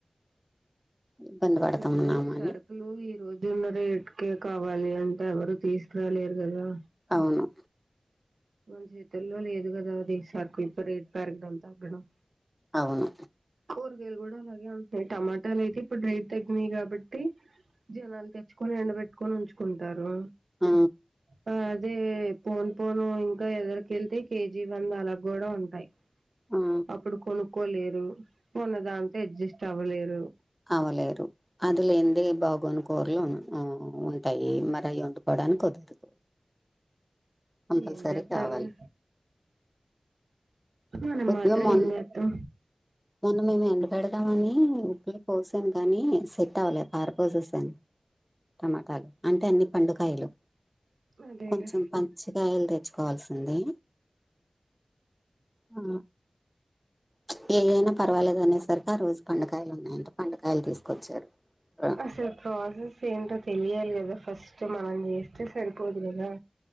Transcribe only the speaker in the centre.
ఇబ్బంది పడుతున్నాము
అని
అవును
అవును
ఆ
ఆ
అవ్వలేరు అది లేనిదే బాగోని కూరలు ఉంటాయి మరి అవి వండుకోవడానికి కుదరదు కంపల్సరీ
కావాలి
కొద్దిగా
మొన్న
మొన్న మేము ఎండ పెడదామని ఉప్పులొ పోసాం కానీ సెట్టవ్వలే పారపోసేసాన్, టమాటాలు అంటే అన్ని పండుకాయలు.
కొంచెం పంచికాయల్ తెచ్చ్ కాల్సింది. ఆ, చ్ ఏయైనా పర్వాలేదు అనేసరిక ఆ రోజు పండుకాయలు ఉన్నాయంట పండుకాయలు తీసుకొచ్చారు. ఆ!